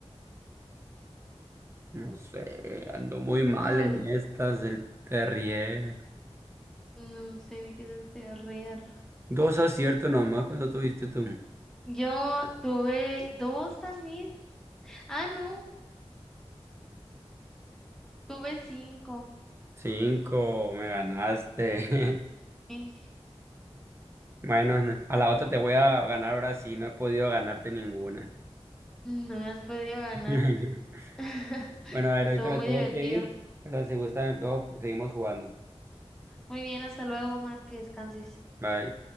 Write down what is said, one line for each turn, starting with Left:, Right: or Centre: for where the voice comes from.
Right: No sé, ando muy mal
Centre: Ay,
Right: en estas del Terrier.
Centre: No sé ni qué es el TRR.
Right: Dos aciertos nomás cuando tuviste tú.
Centre: Yo tuve dos también. Ah, no, tuve cinco.
Right: Cinco, me ganaste. <laughs>
Centre: Eh,
Right: Bueno, no- a la otra te voy a ganar ahora sí, no he podido ganarte ninguna.
Centre: No me has podido ganar.
Right: <laughs>
Centre: <laughs>
Right: Bueno, a ver,
Centre: Estuvo
Right: ahorita me
Centre: muy
Right: tengo
Centre: divertido.
Right: que ir, pero si gustan, luego seguimos jugando.
Centre: Muy bien, hasta luego, Omar, que descanses.
Right: Bye.